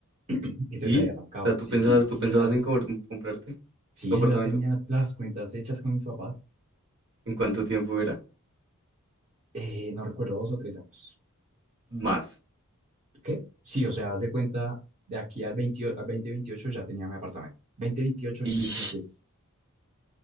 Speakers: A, on the right; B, on the right.
A: y Entonces
B: Sí,
A: ahí arrancaba.
B: o sea, tú
A: Sí,
B: pensabas,
A: sí, sí,
B: tú pensabas
A: yo ya tenía,
B: en cobr- comprarte
A: sí,
B: tu apartamento.
A: yo ya tenía las cuentas hechas con mis papás,
B: ¿En cuánto tiempo era?
A: eh, no recuerdo, dos o tres años.
B: Más.
A: ¿Qué? Sí, o sea, haz de cuenta, de aquí al veintio al dos mil veintiocho ya tenía mi apartamento. 2028,
B: Y...
A: veintisiete